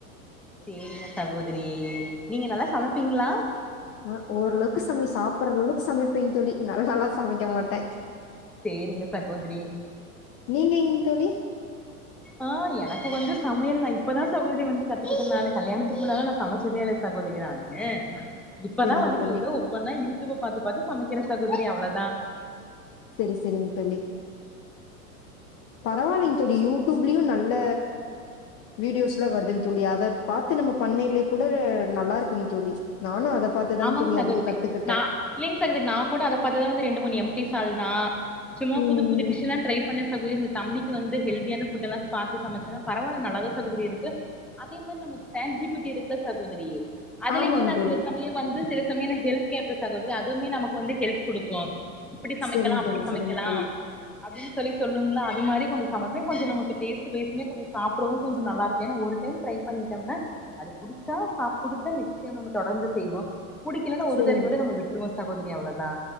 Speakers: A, in the centre; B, on the left (about 30°).
A: செரிங்க சகோ திரி நீங்க நல்லா சமைப்பீங்களா
B: ஆஹ் ஓரளவுக்கு சமை சாப்டுற அளவுக்கு சமைப்பேங்க தோழி நல்லல்லா சமைக்க மாட்டே
A: செரிங்க சகோதிரி
B: நீங்கங் தோழி
A: ஆஹ் எனக்கு வந்து சமையல் நா இப்பதா சகோதரி வந்து கத்துக்கிட்டுடே நானு கல்யாணத்துக்கு முன்னாடி நா சமைச்சதே இல்ல சகோதரி நானு இப்பதா
B: செரிங்க
A: வந்துட்டு
B: தோழி
A: ஏதோ ஒவ்வொன்னா யூ டுப்ப பாத்து பாத்து சமைக்க சகோதிரி அவ்ளோ
B: செரி செரிங்க தோழி பரவால்லைங்க தோழி யூடியூப்லயு நல்ல வீடியோஸ் எல்லா வருதுன்னு தோழி அத பாத்து நம்ம பண்ணலே கூட நல்லா இருக்குங்க தோழி நானு அத பாத்துதாங்க
A: ஆமாங்க
B: தோழி
A: சகோதரி
B: அதிக கத்துக்கிட்டே
A: நா இல்லங்க சகோதரி நா கூட அத பாத்துதா வந்த ரெண் ண்டு முணு எம் டி சால்னா சும்மா
B: ம்
A: புது புது டிஷ் எல்லா ட்ரை பண்ண சகோதரி இந் தம்பிக்கு வந்து ஹெல்தியான ஃபுட்லா பாத்து சமைச்சேன்னா பரவால்ல நல்லாதா சகோதரி இருக்கு அதே மாரி நமக்கு சாட் ஜு பி டி இருக்குல சகோதரி அதுலியுமே
B: ஆமாங்க
A: நா
B: தோழி
A: சில சம் வந்து சில சமயம் நா ஹெல்ப் கேப்பே சகோதரி அதுவுமே நமக்கு வந்து ஹெல்ப் குடுக்கு இப்டி சமைக்கலா
B: செரிங்க
A: அப்டி
B: தோழி
A: சமைக்கலாம்
B: செரிங்க தோழி
A: அப்டின்னு சொல்லி சொல்லுங்கள அது மாரி கொஞ்சோ கொஞ்சோ நமக்கு டேஸ்டு பேஸ்ஸுமே கொஞ்ச சாப்டவு கொஞ்சோ நல்லா இருக்கு ஏன்னா ஒரு டைம் ட்ரை பண்ணிட்டோம்னா அது புடிச்ச சாப் புடிச்ச நிச்சயம தொடர்ந்து செய்வோ புடிக்கலலைன்னா
B: செரிங்
A: ஒரு தரவையோட நம் விட்ருவோ சகோதரி அவ்ளோதா